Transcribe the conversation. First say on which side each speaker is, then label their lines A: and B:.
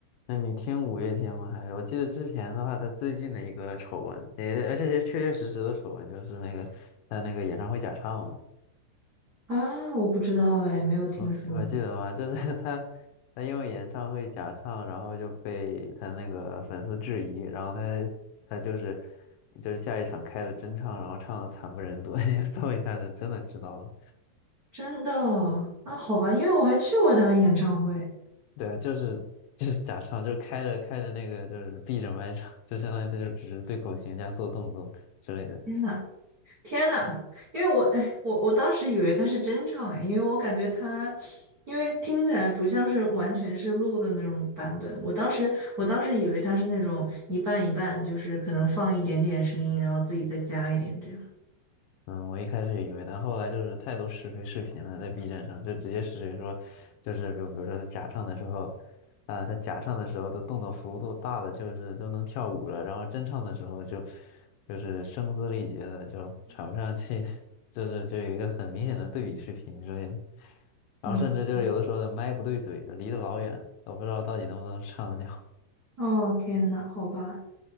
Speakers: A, on the left (about 80°); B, on the right (about 65°).
A: 那你听五月天吗？还是我记得之前的话，他最近的一个丑闻，也而且是确确实实的丑闻，就是那个他那个演唱会假唱嘛。
B: 啊，我不知道哎，没有听说过，
A: 我我记得吧，就是 <laughs> 他，他因为演唱会假唱，然后就被他那个粉丝质疑，然后他他就是就是下一场开了真唱，然后唱的惨不忍睹，<laughs> 你搜一下就真的知道了。
B: 真的啊，好吧，因为我还去过他的演唱会，
A: 对啊，就是就是假唱，就是开着开着那个就是闭着麦唱，就相当于他就只是对口型加做动作之类的。
B: 天呐！天呐，因为我哎，我我当时以为他是真唱哎，因为我感觉他，因为听起来不像是完全是录的那种版本。我当时我当时以为他是那种一半一半，就是可能放一点点声音，然后自己再加一点这样。
A: 嗯，我一开始也以为，但后来就是太多试非视频了，在 B 站上就直接试谁说，就是就比如说他假唱的时候，啊、他假唱的时候的动作幅度大的就是都能跳舞了，然后真唱的时候就就是声嘶力竭的就喘不上气，<laughs> 就是就有一个很明显的对比视频之类的，然后甚至就是有的时候的麦不对嘴，
B: 嗯，
A: 就离得老远，都不知道到底能不能唱得了。
B: 哦天呐，好吧，